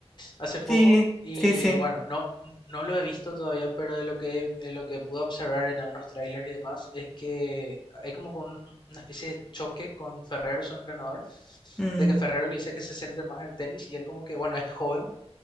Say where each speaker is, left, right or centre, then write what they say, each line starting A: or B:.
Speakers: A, on the left; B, in the centre.
A: hace poco
B: Sí,
A: y
B: sí, sí.
A: bueno, no, no lo he visto todavía, pero de lo que, he- de lo que pude observar en algunos trailers y demás es que hay como con un- una especie de choque con Ferrero, su entrenador,
B: mm,
A: de que Ferrero le dice que se centre más en el tenis y él como que, bueno, es joven